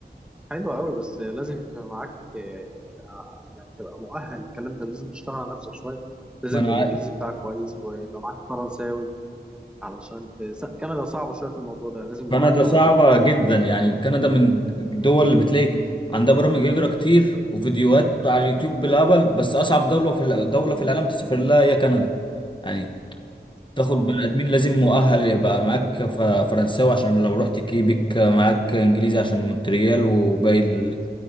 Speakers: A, in the centre; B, on the left (about 25°).
A: حلو قوي بس لازم يبقى معاك آه، آه، يعني تبقى مؤهل الكلام ده لازم تشتغل على نفسك شويه لازم
B: ما انا
A: الانجليزي
B: عا-
A: بتاعك كويس ويبقى معاك فرنساوي علشان ت... س- كندا صعبه شويه في الموضوع ده لازم يبقى
B: كندا
A: معاك لغتين
B: صعبه جدا يعني كندا من الدول اللي بتلاقي عندها برامج هجره كتير وفيديوهات على اليوتيوب بالهبل بس اصعب دوله في ال- دوله في العالم تسافر لها هي كندا يعني تاخد
A: صعبه
B: بني ادمين لازم مؤهل يبقى معاك ف- فرنساوي عشان لو رحت كيبك معاك انجليزي عشان مونتريال وباقي ال-